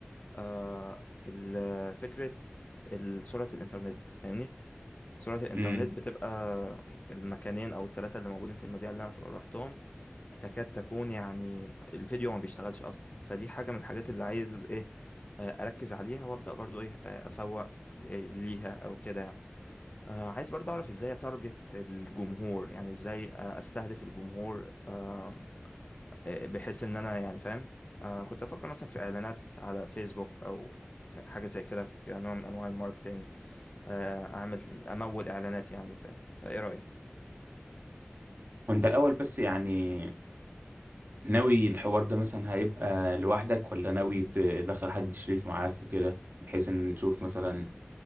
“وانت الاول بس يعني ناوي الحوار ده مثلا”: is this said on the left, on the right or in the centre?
Right